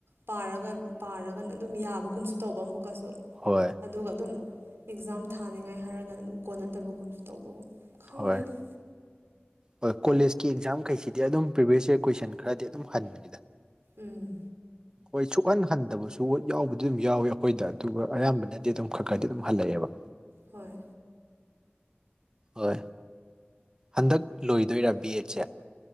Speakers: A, on the right; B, on the right.
A: ꯄꯥꯔꯒ ꯄꯥꯔꯒꯅ ꯑꯗꯨꯝ ꯌꯥꯕꯒꯨꯝꯁꯨ ꯇꯧꯕ ꯑꯃꯨꯛꯀꯁꯨ
B: ꯍꯣꯏ
A: ꯑꯗꯨꯒ ꯑꯗꯨꯝ ꯑꯦꯛꯖꯥꯝ ꯊꯥꯅꯤꯡꯉꯥꯏ ꯍꯥꯏꯔꯒꯅ ꯑꯗꯨꯝ ꯀꯣꯟꯅꯗꯕꯒꯨꯝꯁꯨ ꯇꯧꯕꯒꯨꯝ ꯈꯪꯗꯦꯗ
B: ꯍꯣꯏ ꯍꯣꯏ ꯀꯣꯂꯦꯖꯀꯤ ꯑꯦꯛꯖꯥꯝꯈꯩꯁꯤꯗꯤ ꯑꯗꯨꯝ ꯄ꯭ꯔꯤꯚꯤꯌꯁ ꯏꯌꯥꯔ ꯀꯣꯏꯁꯟ ꯈꯔꯗꯤ ꯑꯗꯨꯝ ꯍꯟꯕꯅꯤꯗ
A: ꯎꯝ
B: ꯍꯣꯏ ꯁꯨꯍꯟ ꯍꯟꯗꯕꯁꯨ ꯍꯣꯏ ꯌꯥꯎꯕꯗꯤ ꯑꯗꯨꯝ ꯌꯥꯎꯏ ꯑꯩꯈꯣꯏꯗ ꯑꯗꯨꯒ ꯑꯌꯥꯝꯕꯅꯗꯤ ꯑꯗꯨꯝ ꯈꯔ ꯈꯔꯗꯤ ꯑꯗꯨꯝ ꯍꯜꯂꯛꯑꯦꯕ
A: ꯍꯣꯏ
B: ꯍꯣꯏ ꯍꯟꯗꯛ ꯂꯣꯏꯗꯣꯏꯔꯥ ꯕꯤ ꯑꯦꯠꯁꯦ